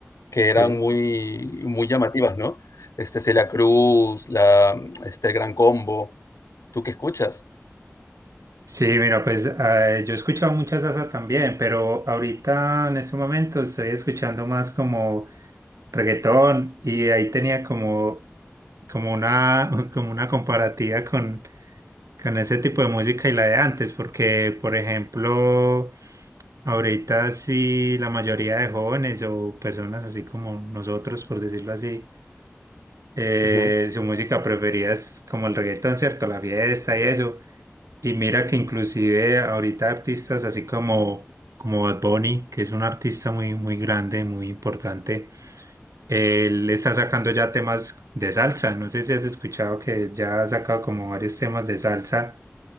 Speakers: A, on the left; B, on the right.
A: que
B: sí.
A: eran muy, muy llamativas, ¿no? Este, Celia Cruz, la, este, el Gran Combo. ¿Tú qué escuchas?
B: Sí, mira, pues eh, yo he escuchado mucha salsa también, pero ahorita en este momento estoy escuchando más como reggaetón y ahí tenía como, como una, <laughs> como una comparativa con, con ese tipo de música y la de antes, porque, por ejemplo, Ahorita sí, la mayoría de jóvenes o personas así como nosotros, por decirlo así, eh,
A: Ujú,
B: su música preferida es como el reggaetón, ¿cierto? La fiesta y eso. Y mira que inclusive ahorita artistas así como, como Bad Bunny, que es un artista muy, muy grande, muy importante, él está sacando ya temas de salsa. No sé si has escuchado que ya ha sacado como varios temas de salsa